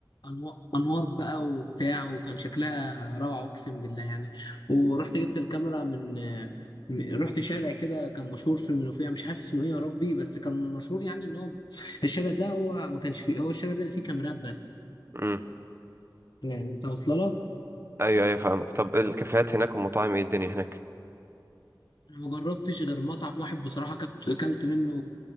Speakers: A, on the left; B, on the right.
A: أنوا- انوار بقى وبتاع وكان شكلها روعه اقسم بالله يعني ورحت جبت الكاميرا من آه، م- رحت شارع كده كان مشهور في المنوفيه مش عارف اسمه ايه يا ربي بس كان مشهور يعني ان هو الشارع ده هو ما كانش فيه هو الشارع ده اللي فيه كاميرات بس
B: مم.
A: يعني انت واصله لك
B: ايوه ايوه فاهمك طب الكافيهات هناك والمطاعم ايه الدنيا هناك
A: أنا ما جربتش غير مطعم واحد بصراحة كنت أكلت منه